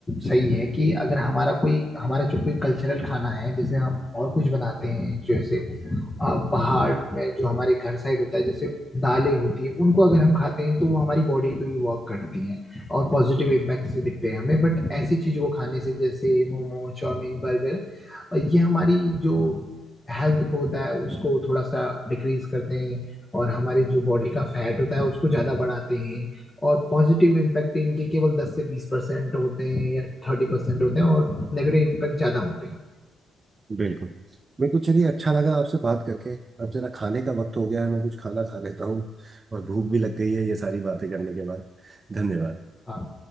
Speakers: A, on the left (about 15°); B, on the right (about 30°).
A: सही है कि अगर हमारा कोई हमारा जो कोई कल्चरल खाना है जैसे हम और कुछ बनाते हैं जैसे आ, पहाड़ में जो हमारे घर साइड होता है जैसे दालें होती है उनको अगर हम खाते हैं तो वो हमारी बॉडी पे भी वर्क करती हैं और पॉजिटिव इम्पैक्ट से दिखते हैं हमें बट ऐसी चीजों को खाने से जैसे मोमो चाउमीन बर्गर ये हमारी जो हेल्थ को होता है उसको थोड़ा सा डिक्रीज करते हैं और हमारी जो बॉडी का फैट होता है उसको ज्यादा बढ़ाते हैं और पॉजिटिव इम्पैक्ट इनके केवल 10 से 20 परसेंट होते हैं या 30 परसेंट होते हैं और नेगेटिव इम्पैक्ट ज्यादा होते हैं
B: बिल्कुल मेरे को चलिए अच्छा लगा आपसे बात करके अब जरा खाने का वक्त हो गया है मैं कुछ खाना खा लेता हूँ और भूख भी लग गई है ये सारी बातें करने के बाद धन्यवाद
A: हाँ